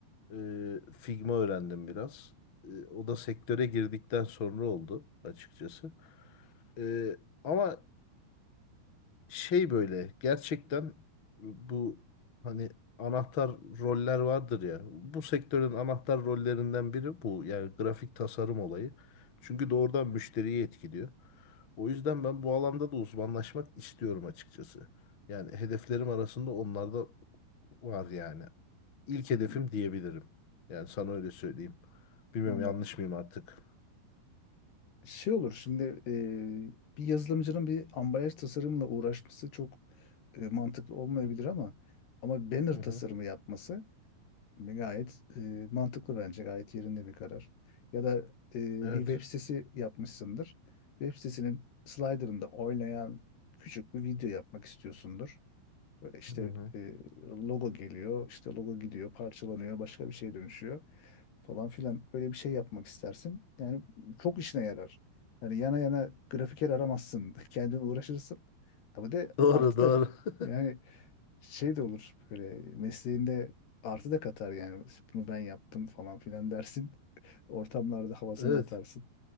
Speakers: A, on the left; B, on the left.
A: Ee, Figma öğrendim biraz. Ee, o da sektöre girdikten sonra oldu açıkçası. Ee, ama şey böyle gerçekten bu hani anahtar roller vardır ya. Bu sektörün anahtar rollerinden biri bu. Yani grafik tasarım olayı. Çünkü doğrudan müşteriyi etkiliyor. O yüzden ben bu alanda da uzmanlaşmak istiyorum açıkçası. Yani hedeflerim arasında onlar da var yani. İlk
B: Hmm,
A: hedefim diyebilirim. Yani sana öyle söyleyeyim. Bilmiyorum
B: anladım.
A: yanlış mıyım artık.
B: Şey olur şimdi e, bir yazılımcının bir ambalaj tasarımla uğraşması çok e, mantıklı olmayabilir ama ama banner
A: Hı hı.
B: tasarımı yapması gayet e, mantıklı bence gayet yerinde bir karar. Ya da e,
A: Evet.
B: bir web sitesi yapmışsındır. Web sitesinin slider'ında oynayan küçük bir video yapmak istiyorsundur. Böyle işte
A: Hı hı.
B: e, logo geliyor, işte logo gidiyor, parçalanıyor, başka bir şeye dönüşüyor falan filan. Öyle bir şey yapmak istersin. Yani çok işine yarar. Yani yana yana grafiker aramazsın. <laughs> Kendin uğraşırsın. Ama de
A: Doğru
B: artı
A: doğru.
B: da
A: <laughs>
B: yani şey de olur böyle mesleğinde artı da katar yani. Bunu ben yaptım falan filan dersin. <laughs> Ortamlarda havasını
A: Evet.
B: atarsın.